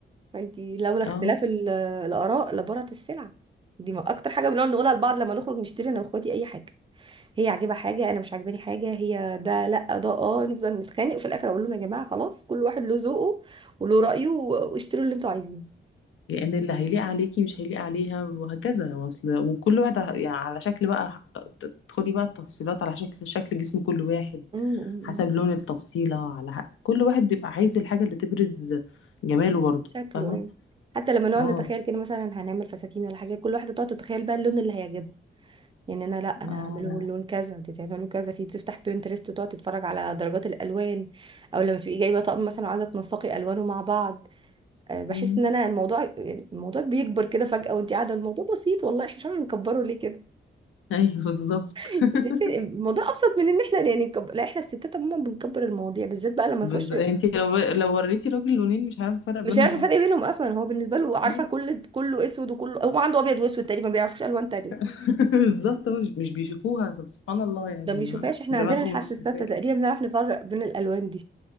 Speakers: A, on the right; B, on the left.
A: فانتي لولا اختلاف
B: اه
A: ال- الاراء لبارت السلع دي ما- اكتر حاجه بنقعد نقولها لبعض لما نخرج نشتري انا واخواتي اي حاجه هي عاجبها حاجه انا مش عاجباني حاجه هي ده لا ده اه نفضل نتخانق وفي الاخر اقول لهم يا جماعه خلاص كل واحد له ذوقه وله رايه و- واشتروا اللي انتوا عايزينه
B: لان اللي هيليق عليكي مش هيليق عليها وهكذا واصل وكل واحد ه- يعني على شكل بقى ح- تدخلي بقى التفصيلات على شكل شكل جسم كل واحد
A: أمم، أمم،
B: حسب لون التفصيلة على ح- كل واحد بيبقى عايز الحاجة اللي تبرز جماله برضه
A: شكله
B: فاهمة
A: ايوه حتى لما نقعد
B: اه
A: نتخيل كده مثلا هنعمل فساتين ولا حاجه كل واحده تقعد تتخيل بقى اللون اللي هيعجبها يعني انا لا انا
B: اه
A: هعمله لون كذا دي تعمله كذا في تفتح بينترست وتقعد تتفرج على درجات الالوان او لما تبقي جايبه طقم مثلا وعايزه تنسقي الوانه مع بعض أه، بحس
B: أمم.
A: ان انا الموضوع يعني الموضوع بيكبر كده فجاه وانت قاعده الموضوع بسيط والله احنا مش عارفين نكبره ليه كده
B: ايوه بالظبط
A: <laughs>
B: <laughs>
A: الموضوع ابسط من ان احنا يعني نكبر لا احنا الستات عموما بنكبر المواضيع بالذات بقى لما
B: بس
A: نخش
B: انت لو لو وريتي راجل لونين مش هيعرف يفرق بينهم
A: مش هيعرف الفرق
B: اصلا
A: بينهم اصلا هو بالنسبه له عارفه
B: ايوه
A: كل كله اسود وكله هو عنده ابيض واسود تقريبا ما بيعرفوش الوان تانية
B: <laughs> بالظبط هو مش مش بيشوفوها طب سبحان الله يعني
A: ده ما بيشوفهاش
B: ما-
A: احنا
B: دماغهم
A: عندنا الحاسه
B: مش
A: الستة
B: بتاعي.
A: تقريبا بنعرف نفرق بين الالوان دي